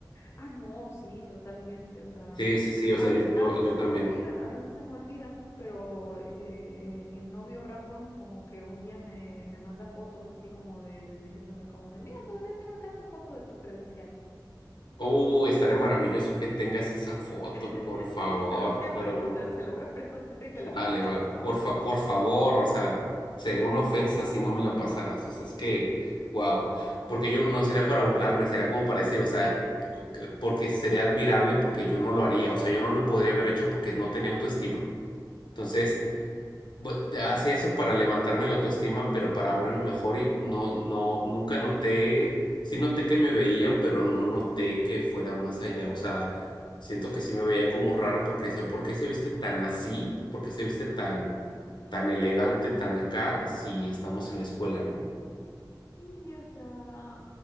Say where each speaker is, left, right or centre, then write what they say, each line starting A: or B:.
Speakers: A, on the left; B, on the left.
A: Ah, no, sí, totalmente. O sea,
B: Sí, sí, sí, o
A: a
B: sea,
A: veces,
B: yo, yo,
A: a veces
B: yo
A: se
B: también.
A: me olvida, a veces se me olvida, pero eh, eh, mi novio random como que un día me, me manda fotos así como de, de diciéndome como de, mira, todavía tengo acá tu foto de tu credencial.
B: Oh, estaría maravilloso que tengas esa foto,
A: <laughs>
B: por favor,
A: Se la voy a
B: pero
A: preguntar,
B: bueno.
A: se la voy a preguntar y te la
B: Vale,
A: <laughs> paso.
B: vale. Por fa- por favor, o sea, sería una ofensa si no me la pasaras. O sea, es que, wow. Porque yo no sería para burlarme, sería como para decir, o sea, que- porque sería admirable porque yo no lo haría. O sea, yo no lo podría haber hecho porque no tenía autoestima. Entonces, bu- hacía eso para levantarme la autoestima, pero para verme mejor y no, no, nunca noté, sí noté que me veían, pero no noté que fuera más allá. O sea, siento que sí me veían como raro porque decían, ¿por qué se viste tan así? ¿Por qué se viste tan, tan elegante, tan acá, si estamos en la escuela, ¿no?
A: Sí, o sea,